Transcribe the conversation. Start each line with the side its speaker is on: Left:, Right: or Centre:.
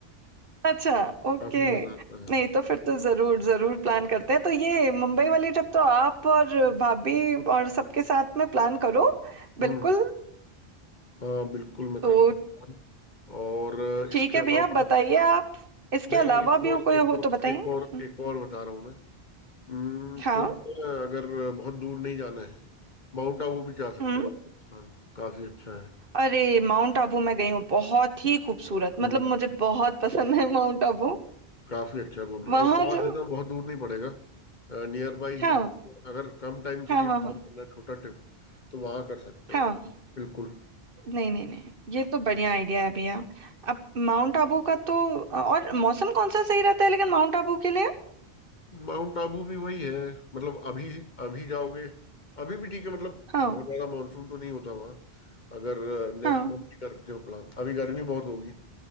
Right: अच्छा ओके
Left: काफी मजा आता है
Right: नहीं तो फिर तो जरूर जरूर प्लान करते हैं तो ये मुंबई वाली ट्रिप तो आप और भाभी और सबके साथ में प्लान करो बिल्कुल
Left: हम्म हाँ बिल्कुल मैं
Right: तो
Left: करता हूँ और अ, इसके
Right: ठीक है
Left: अलावा
Right: भैया बताइए आप इसके
Left: नहीं
Right: अलावा
Left: एक
Right: भी
Left: और
Right: कोई
Left: एक
Right: हो
Left: और
Right: तो बताइए
Left: एक
Right: हम्म,
Left: और एक और बता रहा हूँ मैं हम्म,
Right: हाँ
Left: तुम अ, अगर बहुत दूर नहीं जाना है माउंट आबू भी जा सकते
Right: हम्म।
Left: हो वो स्थान काफी अच्छा है
Right: अरे माउंट आबू मैं गई हूँ बहुत ही खूबसूरत मतलब
Left: हम्म
Right: मुझे बहुत पसंद है माउंट आबू
Left: काफी अच्छा है वो भी
Right: वहां
Left: और पास
Right: जो
Left: है ना बहुत दूर नहीं पड़ेगा नियर बाई है
Right: हाँ
Left: अगर कम टाइम के
Right: हाँ
Left: लिए
Right: हाँ
Left: प्लान
Right: हाँ
Left: करना है छोटा ट्रिप तो वहां कर सकते
Right: हाँ
Left: हो बिल्कुल
Right: नहीं नहीं नहीं ये तो बढ़िया आइडिया है भैया अब माउंट आबू का तो और मौसम कौन सा सही रहता है लेकिन माउंट आबू के लिए
Left: माउंट आबू भी वही है मतलब अभी अभी जाओगे अभी भी ठीक है मतलब
Right: हाँ
Left: बहुत ज्यादा मानसून तो नहीं होता वहाँ अगर नेक्स्ट
Right: हाँ
Left: मंथ भी करते हो प्लान अभी गर्मी बहुत होगी